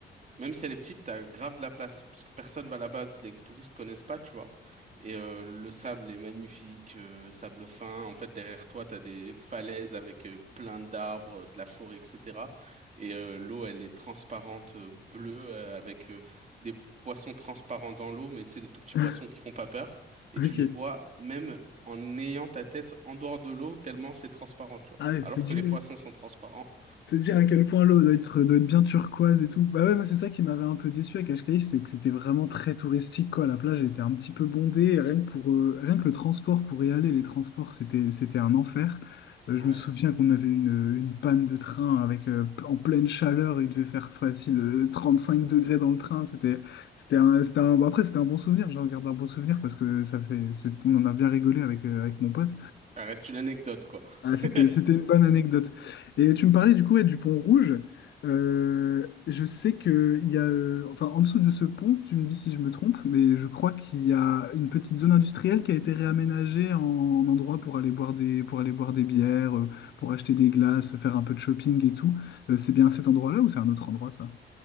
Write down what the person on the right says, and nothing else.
même si elle est petite, t'as grave de la place parce que personne va là-bas, les touristes connaissent pas, tu vois. Et euh, le sable est magnifique, euh, sable fin. En fait, derrière toi, t'as des falaises avec euh, plein d'arbres, euh, de la forêt, etc. Et euh, l'eau, elle est transparente, euh, bleue, euh, avec euh, des poissons transparents dans l'eau, mais tu sais, des tout petits
poissons qui font pas peur. Et
tu les vois même en ayant ta tête en dehors de l'eau, tellement c'est transparent, tu vois.
Alors
que les poissons sont transparents.
Ouais.
Ça reste une anecdote, quoi.
<laughs>